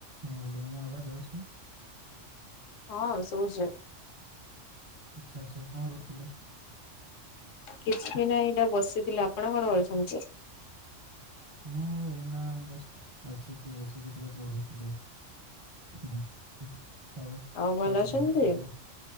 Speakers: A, on the right; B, on the left.
A: ହଁ ହାଲୋ ମୁଁ ଆବାଜ ଆଉଛି?
B: ହଁ ଶୁଭୁଚି।
A: ଆଚ୍ଛା ଆଚ୍ଛା କଣ କରୁଥିଲେ?
B: କିଛି ନାହିଁ ଏଇଟା ବସିଥିଲି, ଆପଣ କଣ କରୁଛନ୍ତି?
A: ମୁଁ ଏଇନା ଜଷ୍ଟ ଆସିକି, ବସିକି ଟିକେ ପଢୁଥିଲି। <unintelligible> ହଉ ସବୁ
B: ଆଉ ଭଲ ଅଛନ୍ତି?
A: ଡିନର ସରିଲା।